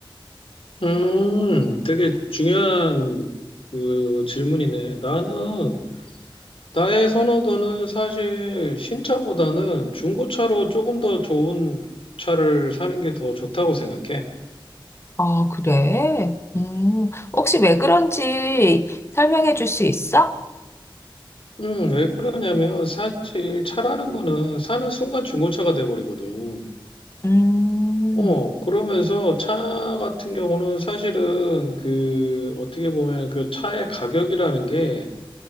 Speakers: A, on the left; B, on the left.
A: 음, 되게 중요한 그 질문이네. 나는, 나의 선호도는 사실 신차보다는 중고차로 조금 더 좋은 차를 사는 게 더 좋다고 생각해.
B: 아, 그래? 음, 혹시 왜 그런지 설명해 줄 수 있어?
A: 음, 왜 그러냐면 사실 차라는 거는 사는 순간 중고차가 돼버리거든.
B: 음,
A: 어, 그러면서 차 같은 경우는 사실은 그 어떻게 보면 그 차의 가격이라는 게